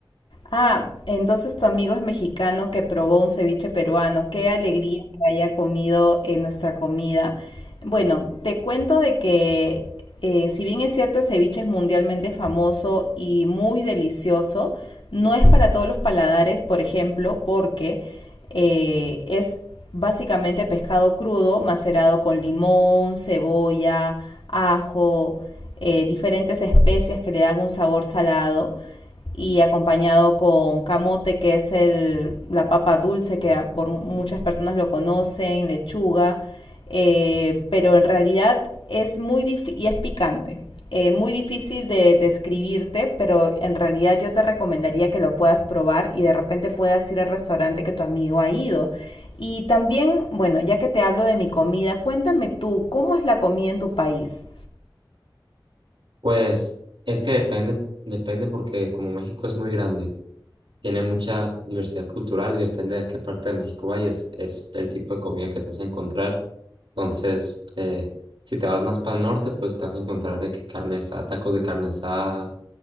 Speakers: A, on the left (about 80°); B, on the right (about 70°).
A: Ah, entonces tu amigo es mexicano que probó un ceviche peruano. Qué alegría que haya comido eh, nuestra comida. Bueno, te cuento de que eh, si bien es cierto el ceviche es mundialmente famoso y muy delicioso, no es para todos los paladares, por ejemplo, porque eh, es básicamente pescado crudo macerado con limón, cebolla, ajo, eh, diferentes especias que le dan un sabor salado y acompañado con camote, que es el, la papa dulce, que por muchas personas lo conocen, lechuga, eh, pero en realidad es muy difícil y es picante. eh, muy difícil de describirte, pero en realidad yo te recomendaría que lo puedas probar y de repente puedas ir al restaurante que tu amigo ha ido. Y también, bueno, ya que te hablo de mi comida, cuéntame tú, ¿cómo es la comida en tu país?
B: Pues es que depende, depende porque como México es muy grande, tiene mucha diversidad cultural y depende de qué parte de México vayas, es el tipo de comida que te vas a encontrar. Entonces, eh, si te vas más para el norte, pues te vas a encontrar de que carne asada, tacos de carne asada,